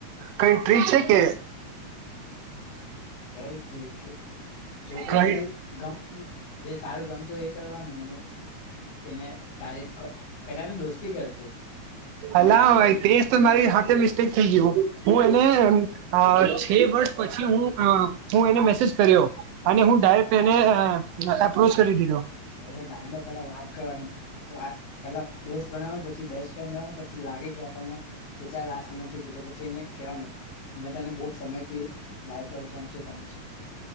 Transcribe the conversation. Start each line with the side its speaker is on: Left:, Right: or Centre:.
Right: કઈ ટ્રીક છે કે?
Left: કઈ ટ્રીક, છોકરીની
Right: કઈ
Left: જે ગમ જે સારું ગમતું હોય એ કરવાનું એને એને તારીફ ક, પેલાતો દોસ્તી કરતું.
Right: અલા, ભઈ તેજ તો મારી હાથે મિસ્ટેક થઈ ગયું. હું એને એમ અ છે વર્ષ પછી હું અ હું એને મેસેજ કર્યો. અને હું ડાયરેક્ટ એને અ એપ્રોચ કરી દીધો.
Left: અલે ગાંડો પેલા વાત કરવાની. વાત પેલા દોસ્ત બનાવાનું, પછી બેસ્ટ ફ્રેન્ડ બનાવાનુ, પછી લાગે કે આપડને કે ચલ આ સમજ થીતી તો પછી એને કેવાનું, મે તને બઉ સમયથી લાયક કરુ છુ, એમ છે, તેમ છે.